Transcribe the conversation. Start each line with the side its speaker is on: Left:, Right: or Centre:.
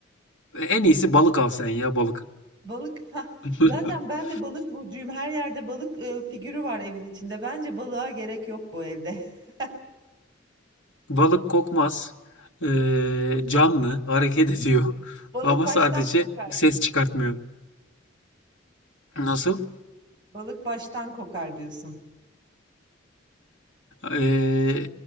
Left: en iyisi balık al sen ya balık.
Right: balık <laughs>
Left: <laughs>
Right: zaten ben de balık burcuyum. Her yerde balık e, figürü var evin içinde. Bence balığa gerek yok bu evde. <laughs>
Left: Balık kokmaz. Ee, canlı, hareket ediyor.
Right: Balık
Left: Ama
Right: baştan
Left: sadece
Right: kokar
Left: ses
Right: diyorsun,
Left: çıkartmıyor.
Right: değil mi?
Left: Nasıl?
Right: Balık baştan kokar diyorsun.
Left: Ee,